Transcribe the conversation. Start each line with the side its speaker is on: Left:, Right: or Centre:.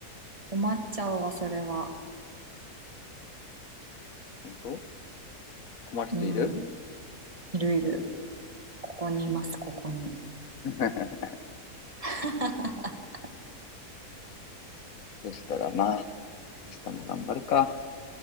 Right: 困っちゃうわ、それは。
Left: 本当困る人いる
Right: うん、いるいる。ここにいます、ここに。
Left: <laughs>
Right: <laughs>
Left: そしたら、まあ、明日も頑張るか。